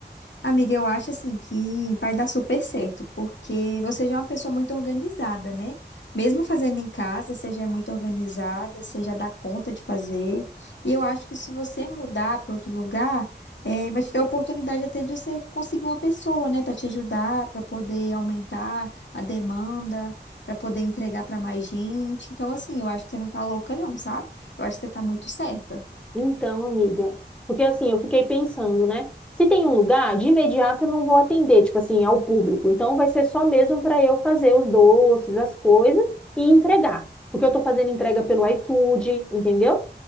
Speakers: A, on the left (about 85°); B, in the centre.
A: Amiga, eu acho assim que vai dar super certo, porque você já é uma pessoa muito organizada, né? Mesmo fazendo em casa, você já é muito organizada, você já dá conta de fazer. E eu acho que se você mudar para outro lugar, eh, vai te dar a oportunidade até de você conseguir uma pessoa, né, para te ajudar, para poder aumentar a demanda, para poder entregar para mais gente. Então, assim, eu acho que você não tá louca, não, sabe? Eu acho que você tá muito certa.
B: Então, amiga, porque assim, eu fiquei pensando, né? Se tem um lugar, de imediato eu não vou atender, tipo assim, ao público. Então vai ser só mesmo para eu fazer os doces, as coisas e entregar. Porque eu tô fazendo entrega pelo iFood, entendeu?